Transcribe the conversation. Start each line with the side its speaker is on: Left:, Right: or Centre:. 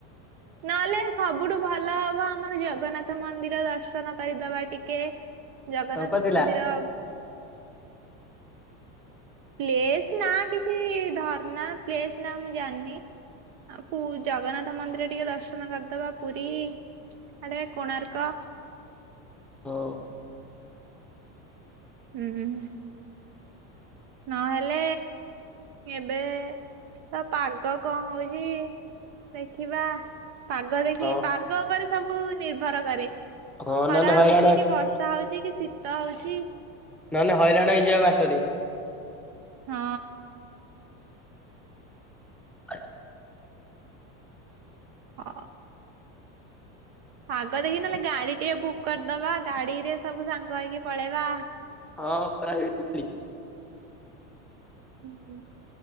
Right: ନହେଲେ ସବୁଠୁ ଭଲ ହବ ଆମର ଜଗନ୍ନାଥ ମନ୍ଦିର ଦର୍ଶନ କରିଦବା ଟିକେ। ଜଗନ୍ନାଥ
Centre: ହଁ କଟିଲା
Right: ମନ୍ଦିର ପ୍ଲେସ୍ ନା କିଛି ଧରନା ପ୍ଲେସ୍ ନା ମୁଁ ଜାଣିନି। ଆଉ ପୁ-ଜଗନ୍ନାଥ ମନ୍ଦିର ଟିକେ ଦର୍ଶନ କରିଦବା ପୁରୀ ଆଡେ କୋଣାର୍କ
Centre: ହଁ।
Right: ହୁଁ ହୁଁ ହୁଁ। ନହେଲେ ଏବେ ତ ପାଗ କଁ ହଉଚି ଦେଖିବା ପାଗ ଦେଖି
Centre: ହଁ
Right: ପାଗ ଉପରେ ସବୁ ନିର୍ଭର କରେ। ଖରା
Centre: ହଁ ନହେଲେ ହଇରାଣ
Right: ହଉଚି କି ବର୍ଷା ହଉଚି କି ଶୀତ ହଉଚି।
Centre: ନହ ନେ ହଇରାଣ ହେଇଯିବା ବାଟରେ।
Right: ହଁ।
Centre: <inaudible>
Right: ହ। ପାଗ ଦେଖି ନହେଲେ ଗାଡି ଟିକେ ବୁକ୍ କରିଦବା ଗାଡିରେ ସବୁ ସାଙ୍ଗ ହେଇକି ପଳେଇବା।
Centre: ହଁ ପ୍ରାଇଭେଟ୍ <inaudible>
Right: ହୁଁ